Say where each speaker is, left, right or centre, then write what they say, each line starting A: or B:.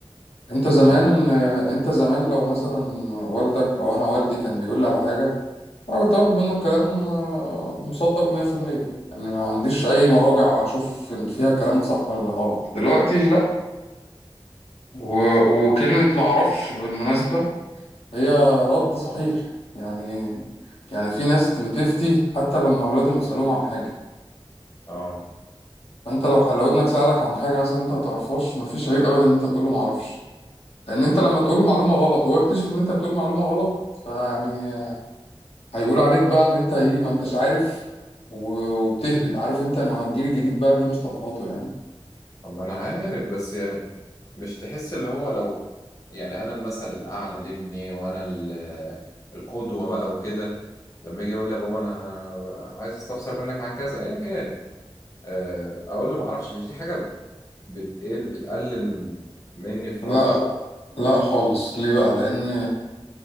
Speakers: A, on the left; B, on the left.
A: انت زمان
B: امم
A: آه انت زمان لو مثلا والدك او انا والدي كان بيقول لي على حاجه انا كنت باخد منه الكلام آه مصدق 100% يعني ما عنديش اي مراجع اشوف إن فيها الكلام ده صح ولا غلط دلوقتي لا و... وكلمه ما اعرفش بالمناسبه هي رد صحيح يعني يعني في ناس بتفتي حتى لما اولادهم يسالوهم عن حاجه
B: اه
A: فانت لو لو ابنك سالك عن حاجه مثلا انت ما تعرفهاش مفيش عيب ابدا ان انت تقول له ما اعرفش لان انت لما تقول له معلومه غلط وهو يكتشف ان انت بتقول له معلومه غلط فيعني هيقول عليك بقى ان انت ايه ما انتش عارف و- وبتهبد عارف انت مع الجيل الجديد بقى ليه مصطلحاته يعني
B: اما انا عارف بس يعني مش تحس اللي هو لو يعني انا المثل الاعلى لابني وانا ال- القدوه بقى وكده لما يجي يقول لي يا بابا انا عايز استفسر منك عن كذا ايا كان آه، اقول له ما اعرفش مش دي حاجه بتقل بتقلل مني في
A: لا
B: نظره
A: لا خالص ليه بقى لان